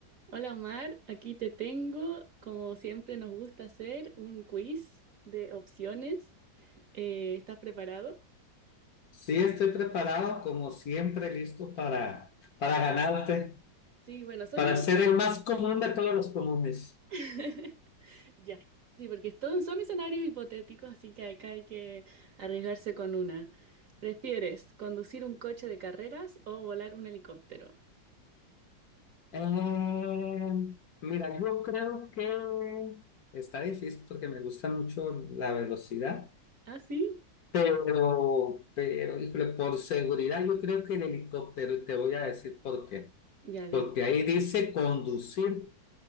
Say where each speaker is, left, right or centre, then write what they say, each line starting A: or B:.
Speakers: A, on the right (about 50°); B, on the left (about 55°).
A: Hola Omar, aquí te tengo, como siempre nos gusta hacer, un quiz de opciones. Eh, ¿estás preparado?
B: Sí, estoy preparado, como siempre, listo para, para ganarte,
A: Sí, bueno, son
B: para ser el más común de todos los comunes.
A: escenarios. <laughs> Ya, sí, porque todos son escenarios hipotéticos, así que acá hay que arriesgarse con una. ¿Prefieres conducir un coche de carreras o volar un helicóptero?
B: Eh, mira, yo creo que está difícil porque me gusta mucho la velocidad,
A: ¿Ah, sí?
B: pero, pero, híjole, por seguridad, yo creo que el helicóptero, y te voy a decir por qué.
A: Ya
B: Porque
A: dime.
B: ahí dice conducir,